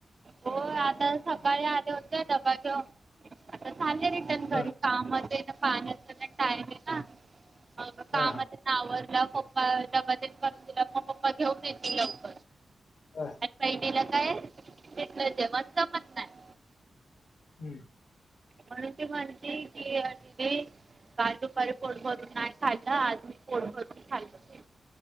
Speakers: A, on the right; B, on the left.
A: हो आता सकाळी आले होतेय दबा घे आता चाले र घरी
B: हा
A: का पाण्याचा टाईम आहे ना का
B: हा हा
A: नावरला पप्पा बाातच करून दिला मग पप्पा घेऊन येतील ल
B: हा
A: आणि बहिटला काय तलं जेवण जमत नाही
B: हम्म
A: म्हणून ते म्हणते की तिथे काल दुपारी पोड भरून नाही खाल्लं आज मी पोड भरून खाल्ल